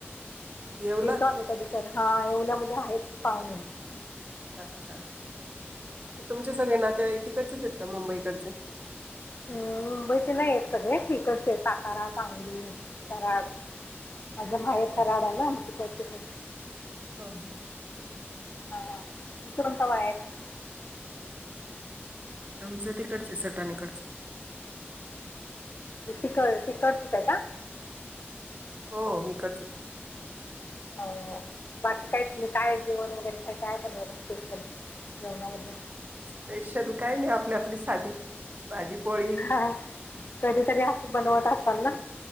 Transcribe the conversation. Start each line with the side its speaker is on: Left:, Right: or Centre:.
Right: येवला
Left: देतो आम्ही कधी तर हा येवल्यामध्ये आहेत पाहुणे..
Right: अच्छा
Left: हं.
Right: तुमचे सगळे नातेवाईकतीकडचेच आहेत का मुंबईकडचे.
Left: हम् मुंबईचे नाही आहेत सगळे तिकडचे सातारा सांगली कराड. माझा माहेर
Right: हो
Left: कराड
Right: का
Left: आला मग त त्या
Right: हा हा
Left: हा तुचरणता बाहे <unintelligible>
Right: आमचं तिकडच सटानेकडचं.
Left: तिकड तिकटड चक आहे का.
Right: हो हिकडंचच
Left: हो बाकी काय तुम्ही काय जेवण वगैरे काय काय बघवता स्पेशल जेवणामध्ये.
Right: स्पेशल काय नाही आपली आपली साधी भाजीपोळी..
Left: हां. कधीतरी अस बनवत असाल ना